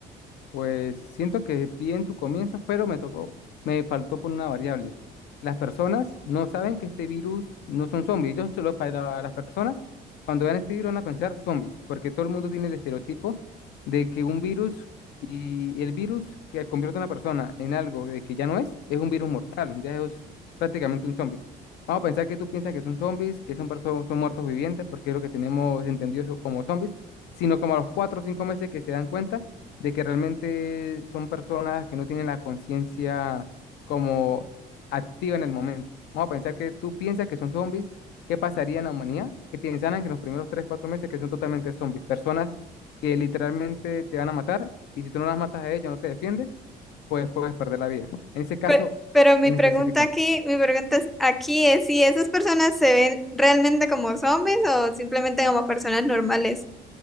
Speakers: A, on the left; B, in the centre.
A: Pues siento que bien su comienzo, pero me tocó, me faltó por una variable. Las personas no saben que este virus no son zombies. Ellos solo para las personas, cuando vean este virus van a pensar zombies, porque todo el mundo tiene el estereotipo de que un virus y el virus que convierte a una persona en algo de que ya no es, es un virus mortal, ya es prácticamente un zombie. Vamos a pensar que tú piensas que son zombies, que son personas, son muertos vivientes, porque es lo que tenemos entendido so- como zombies, sino como a los cuatro o cinco meses que se dan cuenta de que realmente son personas que no tienen la conciencia como activa en el momento. Vamos a pensar que tú piensas que son zombies, ¿qué pasaría en la humanidad? Que pensaran que en los primeros 3 4 meses que son totalmente zombies, personas que literalmente te van a matar y si tú no las matas a ellas, no te defiendes, pues puedes perder la vida. En ese caso
B: Pe- Pero mi
A: en
B: pregunta
A: específico,
B: aquí, mi pregunta es- aquí es si esas personas se ven realmente como zombies o simplemente como personas normales.